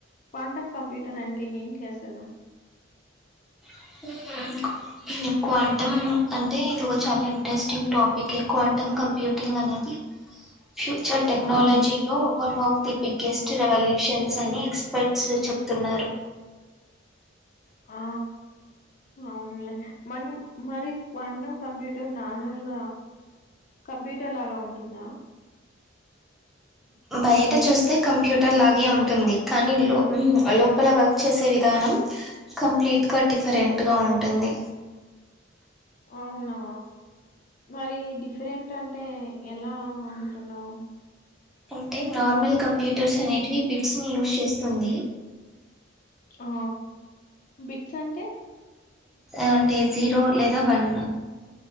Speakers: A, on the left; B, in the centre.
A: క్వాంటమ్ కంప్యూటర్ అంటే ఏంటి అసలు
B: హ క్వాంటమ్ అంటే ఇది ఒక చాల ఇంట్రెస్టింగ్ టెస్టింగ్ క్వాంటమ్ కంప్యూటింగ్ అనేది ఫ్యూచర్ టెక్నాలజీ
A: హ్మ్.
B: లో one of the <unintelligible> guest revolutions అని ఎక్స్పర్ట్స్ చెప్తున్నారు
A: ఆ అవునులే మరి మరి క్వాంటం కంప్యూటర్ నార్మల్గ కంప్యూటర్ లాగ ఉంటుంద
B: బయట చూస్తే కంప్యూటర్ లాగే ఉంటుంది కానీ లో లో ల వర్క్ చేసే విధానం కంప్లీట్గా డిఫరెంట్గా ఉంటుంది
A: అవునా మరి డిఫరెంట్ అంటే ఎలా అంటున్నావ్
B: అంటే నార్మల్ కంప్యూటర్స్ అనేటివి బిడ్స్ ని యూస్ చేస్తుంది
A: ఆ బిట్స్ అంటే
B: అంటే జీరో లేదా వన్